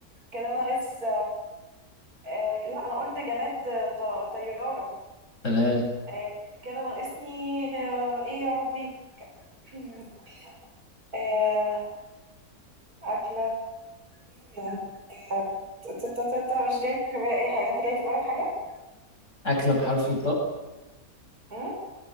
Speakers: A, on the right; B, on the left.
A: كده ناقص آه لا أنا قلت جماد آه، ط... طيارة
B: تمام
A: آه كده ناقصني آه إيه يا ربي <clears throat> آه أكلة إيه ده؟ ت- ت- ت- ت- مش جاي في بالي أي حاجة أنت جاي في بالك حاجة؟
B: أكلة بحرف الطاء
A: أمم؟